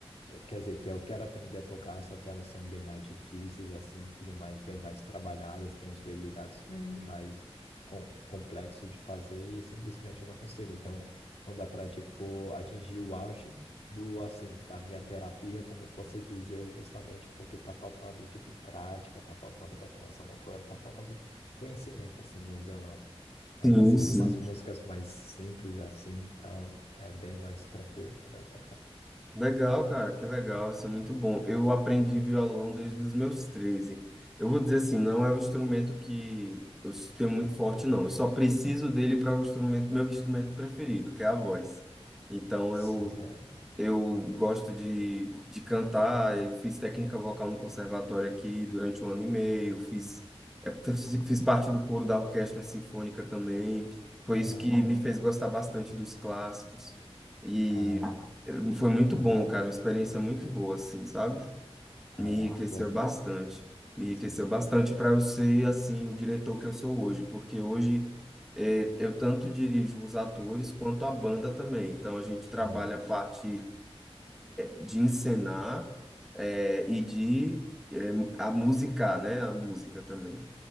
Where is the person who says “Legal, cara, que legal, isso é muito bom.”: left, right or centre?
Centre